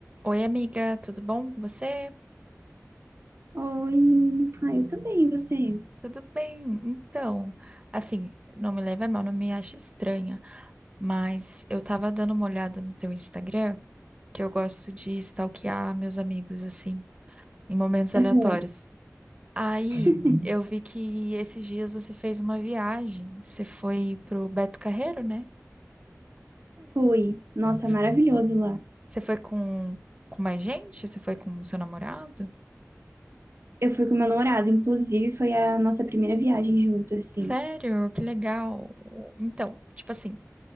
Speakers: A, on the right; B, on the right.
A: Oi, amiga, tudo bom com você?
B: Oi. Ah, eu também, e você?
A: Tudo bem. Então, assim, não me leve a mal, não me ache estranha, mas eu tava dando uma olhada no teu Instagram, que eu gosto de stalkear meus amigos, assim, em momentos aleatórios.
B: Aham.
A: Aí,
B: <laughs>
A: eu vi que esses dias você fez uma viagem. Você foi pro Beto Carreiro, né?
B: Fui. Nossa,
A: Você f-
B: maravilhoso lá.
A: você foi com, com mais gente? Você foi com seu namorado?
B: Eu fui com meu namorado, inclusive foi a nossa primeira viagem junto, assim.
A: Sério? Que legal. Então, tipo assim.